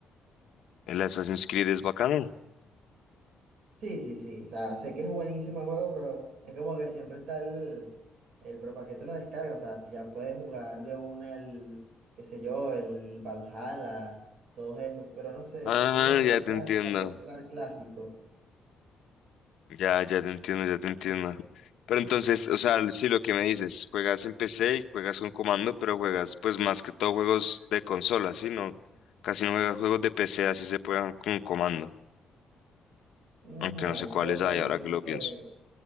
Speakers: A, on the left; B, on the right.
A: el Assassin's Creed es bacano.
B: Sí, sí, sí. O sea, sé que es buenísimo el juego, pero es como que siempre está el, el pero ¿para qué te lo descargas? O sea, si ya puedes jugar de una el, qué sé yo, el Valhalla, todos esos, pero no sé,
A: Ah,
B: siempre me gusta
A: ya te entiendo,
B: tal vez jugar clásicos.
A: ya, ya te entiendo, ya te entiendo. Pero entonces, o sea, sí, lo que me dices, juegas en PC y juegas con comando, pero juegas pues más que todo juegos de consola, ¿sí? No, casi no juegas juegos de PC, así se juegan con comando,
B: Ajá,
A: aunque no sé cuáles
B: me gustan
A: hay ahora
B: más los
A: que lo
B: que
A: pienso.